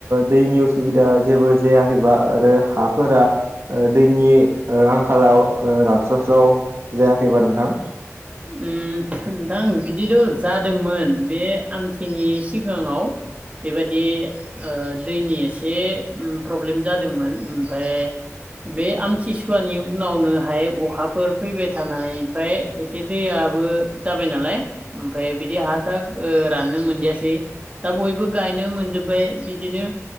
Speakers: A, on the right (about 50°); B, on the right (about 25°).
A: दैनि उसुबिदा जेबो जायाखैबा आरो हाफोरा दैनि आंखालाव रानस्र'स्राव जायाखैबा नोंथां
B: उम नोंथां बिदिथ' जादोंमोन बे आमथिनि सिगाङाव बेबायादि दैनि एसे प्रब्लेम जादोंमोन ओमफफ्राय बे आमथिसुवानि उनावनोहाय अखाफोर फैबाय थानानैफ्राय ए दैयाबबो जाबाय नालाय ओमफ्राय बिदि हा सार राननो मोनजासै दा बयबो गायनो मोनजोब्बाय बिदिनो